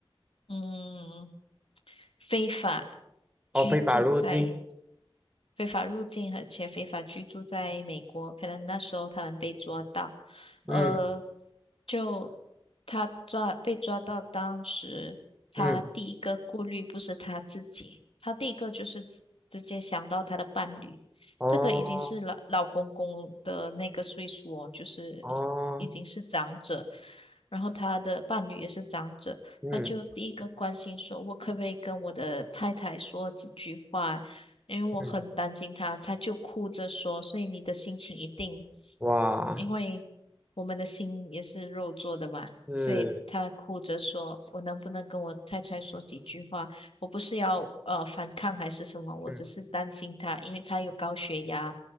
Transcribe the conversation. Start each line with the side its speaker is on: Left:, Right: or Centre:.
Left: 嗯，非法
Right: 哦，
Left: 居住在
Right: 非法入境，
Left: 非法入境而且非法居住在美国，可能那时候他们被抓到，
Right: 嗯
Left: 呃，就他抓被抓到，当时他第一个顾虑不是他自己，
Right: 嗯，
Left: 他第一个就是直直接想到他的伴侣，
Right: 哦
Left: 这个已经是老老公公的那个岁数哦，就是
Right: 哦，
Left: 已经是长者，然后他的伴侣也是长者。
Right: 嗯
Left: 他就第一个关心说，我可不可以跟我的太太说几句话？因为我很担心他，
Right: 嗯，
Left: 他就哭着说，所以你的心情一定，
Right: 哇，
Left: 因为我们的心也是肉做的嘛，
Right: 是，
Left: 所以他哭着说，我能不能跟我太太说几句话？我不是要呃反抗还是什么，我只是担心他，
Right: 嗯
Left: 因为他有高血压，